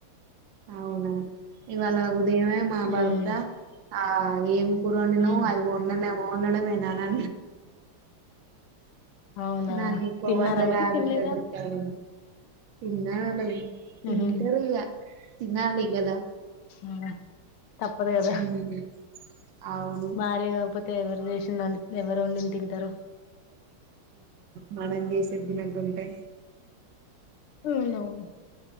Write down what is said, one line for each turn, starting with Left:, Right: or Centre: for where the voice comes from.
Right: అవునా ఇవాళ ఉదయమే మా భర్త
Left: ఉమ్
Right: ఆ ఏం కూరని ను్వు
Left: ఉమ్
Right: అది వంండనే పోన్నడం మదనా
Left: అవునా
Right: నాకొకేకువ
Left: తిన్నారా
Right: వండర
Left: మరి
Right: ఆగద్
Left: తినలేదా
Right: తవ పన్నళ తంతరగా ఇక్కడ పదాలకు రికార్డులో చేసిన పదానికి తేడా ఉంది. ఆ అమే తింటరిగా
Left: ఉహు
Right: తినాలి గదా
Left: ఆ తప్పదు కదా
Right: ఉమ్. అవును
Left: భార్య కాకపోతే అ ఎవరు చేసిందండి ఎవరు వండిని తింటారు.
Right: మనందేసిబి నల్గు ఉంటయి
Left: అవునవును